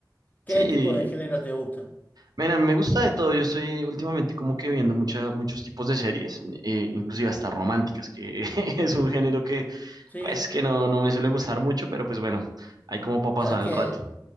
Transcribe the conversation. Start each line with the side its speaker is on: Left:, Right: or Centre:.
Left: ¿Qué
Right: sí, y,
Left: tipo de género te gusta?
Right: men, a mí me gusta de todo. Yo estoy últimamente como que viendo mucha- muchos tipos de series, eh, inclusive hasta románticas, que <laughs> es un género que,
Left: Sí,
Right: pues, que no, no me suele gustar mucho, pero pues bueno, hay como para pasar
Left: sabes que
Right: el rato.